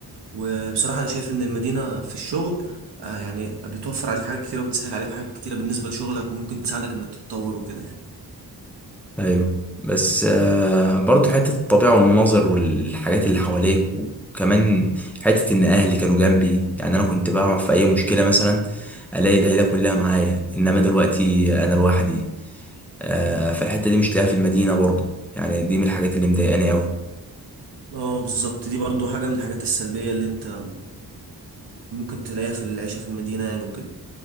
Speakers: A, on the right; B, in the centre.
A: وبصراحة انا شايف ان المدينة في الشغل آه، يعني بتوفر عليك حاجات كتيرة وبتسهل عليك حاجات كتيرة بالنسبة لشغلك وممكن تساعدك انك تتطور وكده يعني
B: ايوه بس آه، برضو حته الطبيعه والمناظر والحاجات اللي حواليك وكمان حته ان اهلي كانوا جنبي يعني انا كنت بقع في اي مشكله مثلا الاقي العيله كلها معايا انما دلوقتي انا لوحدي آه، فالحته دي مش لاقيها في المدينه برضو يعني دي من الحاجات اللي مضايقاني قوي
A: اه بالظبط دي برضو حاجة من الحاجات السلبية اللي انت ممكن تلاقيها في العيشة في المدينة يعني وكده